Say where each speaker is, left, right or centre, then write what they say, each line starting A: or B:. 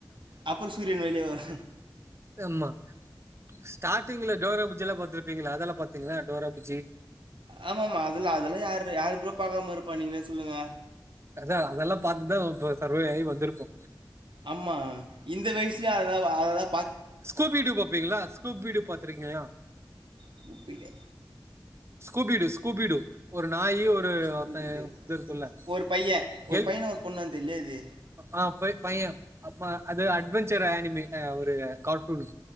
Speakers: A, on the right; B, on the right.
A: அப்புற சூரியன் வெளிய வரு
B: எம்மா ஸ்டார்டிங்ல டோரா பூஜ்ஜிலா பாத்துருப்பீங்ளா அதெல்லா பாத்தீங்ள டோரா பூஜ்ஜி
A: ஆமாமா அதுல அதெல்லா யார் யாரு ப்ரோ பாக்காம இருப்பா நீங்ளே சொல்லுங்க
B: அத அதெல்லா பாத்துட்டுதா சர்வே ஆயி வந்திருப்போ
A: ஆமா இந்த வயசுலே அததா அததா
B: ஸ்கூப் வீடியோ பாப்பீங்ளா ஸ்கூப் வீடியோ பாத்துருக்கீங்ளா
A: ஸ்கூப் வீடிய
B: ஸ்கூபீடு ஸ்கூபீடு ஒரு நாய் ஒரு இது ஒர்த
A: கூப்பிட்டு
B: இது இருக்குல்ல
A: ஒரு பையன் ஒரு
B: கேள்வி
A: பையனை ஒரு பொண்ணு வந்து தெரியாது
B: ஆ பை பைய அப்ப அது அட்வெஞ்சர ஆனிமி அ ஒரு கார்ட்டூனு